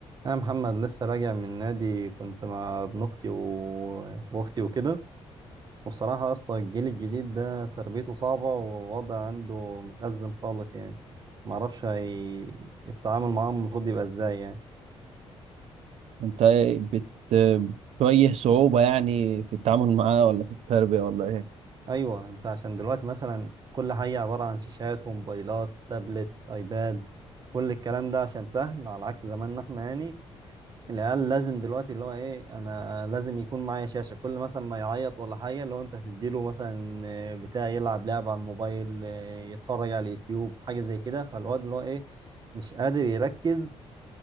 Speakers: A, on the right (about 40°); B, on the right (about 75°).
A: يا محمد لسه راجع من نادي كنت مع ابن اختي و... واختي وكده وبصراحة اصلا الجيل الجديد ده تربيته صعبة والوضع عنده متأزم خالص يعني معرفش هي... التعامل معاهم المفروض يبقى ازاي يعني
B: انت ايه بت... بتواجه صعوبة يعني في التعامل معاه ولا في التربية ولا ايه
A: ايوه انت عشان دلوقتي مثلا كل حاجة عبارة عن شاشات وموبايلات تابلت ايباد كل الكلام ده عشان سهل على عكس زماننا احنا يعني العيال لازم دلوقتي اللي هو ايه انا لازم يكون معايا شاشة كل مثلا ما يعيط ولا حاجة اللي هو انت تديله مثلا آه، بتاع يلعب لعبة على الموبايل آه، يتفرج على اليوتيوب حاجة زي كده فالواد اللي هو ايه مش قادر يركز